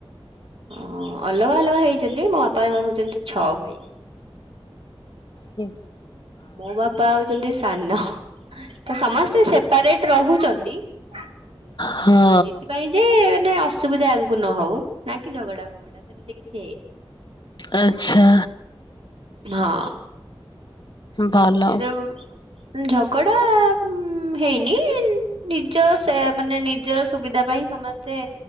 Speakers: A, on the right; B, on the left.
A: ଓ ଅଲଗା ଅଲଗା ହେଇଛନ୍ତି ମୋ ବାପାଙ୍କର ହଉଛନ୍ତି ଛଅ ଭାଇ।
B: ହଁ
A: ମୋ ବାପା ହଉଛନ୍ତି ସାନ ତ ସମସ୍ତେ ସେପାରେଟ ରହୁଛନ୍ତି। ହ
B: ହଁ
A: ଏଇଥିପାଇଁ ଯେ ମାନେ ଅସୁବିଧା ଆଗକୁ ନ ହଉ ନା କି ଝଗଡା ଫଝଗଡା ହଉ। ସେମିତି କିଛି ହେଇନି
B: ଆଚ୍ଛା
A: ହଁ
B: ଭଲ
A: ଏଟ <unintelligible> ଝଗଡା ହେଇନି ନିଜ ସେ ମାନେ ନିଜର ସୁବିଧା ପାଇଁ ସମସ୍ତେ